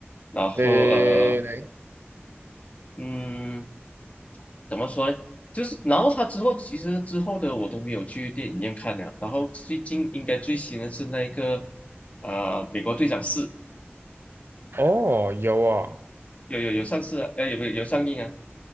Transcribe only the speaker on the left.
然后呃，
嗯，怎么说呢？就是然后他之后其实之后的我都没有去电影院看了，然后最近应该最新的是那一个呃美国队长四，
有有有上市啊，呃，有没有有上映啊？